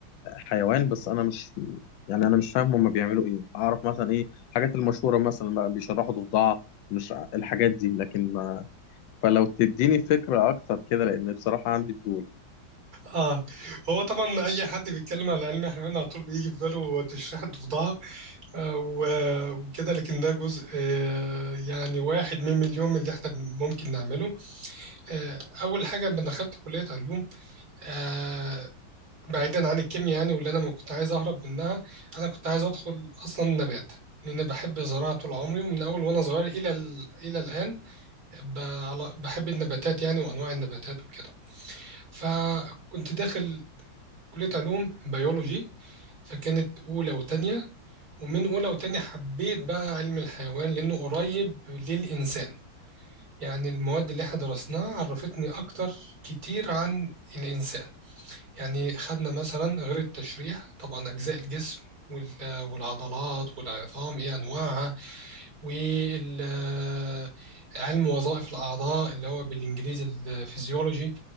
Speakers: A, on the left; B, on the right.
A: حيوان بس أنا مش يعني أنا مش فاهم هما بيعملوا إيه أعرف مثلا إيه الحاجات المشهورة مثلا بقى بيشرحوا ضفدعة مش ع- الحاجات دي لكن ما فلو تديني فكرة أكتر كده لأن بصراحة عندي فضول
B: اه هو طبعا اي حد بيتكلم على علم الحيوان على طول بيجي في باله تشريح الضفدعه آه، و- وكده لكن ده جزء آه، يعني واحد من مليون من اللي احنا ممكن نعمله آه، اول حاجه لما دخلت كليه علوم آه، بعيدا عن الكيمياء يعني واللي انا ما كنت عايز اهرب منها انا كنت عايز ادخل اصلا نبات لان بحب الزراعه طول عمري ومن اول وانا صغير الى ال- الى الان ب- على- بحب النباتات يعني وانواع النباتات وكده فكنت داخل كليه علوم بيولوجي فكانت اولى وتانية ومن اولى وتانية حبيت بقى علم الحيوان لانه قريب للانسان يعني المواد اللي احنا درسناها عرفتني اكتر كتير عن الانسان يعني خدنا مثلا غير التشريح طبعا اجزاء الجسم وال- والعضلات والعظام ايه انواعها وعلم وظائف الأعضاء اللي هو بالإنجليزي الفيزيولوجي